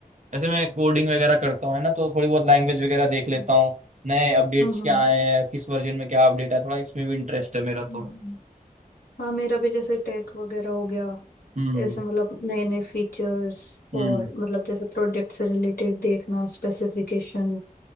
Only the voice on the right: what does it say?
ऐसे मैं कोडिंग वगैरह करता हूँ है ना तो थोड़ी बहुत लैंग्वेज वगैरह देख
लेता हूँ नए अपडेट्स
क्या आए हैं किस वर्जन में क्या अपडेट है थोड़ा इसमें भी इंटरेस्ट है मेरा तो
हम्म
हम्म